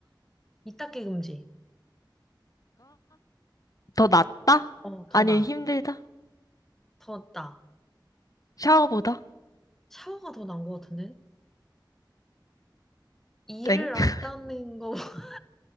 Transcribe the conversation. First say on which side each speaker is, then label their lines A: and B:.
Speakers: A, in the centre; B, on the left (about 50°).
A: 이닦기 금지.
B: 더 낫다?
A: 어, 더
B: 아니,
A: 나아.
B: 힘들다?
A: 더 나아.
B: 샤워보다?
A: 샤워가 더 나은 것 같은데? 이를
B: 땡
A: 안 닦는 거 <laughs>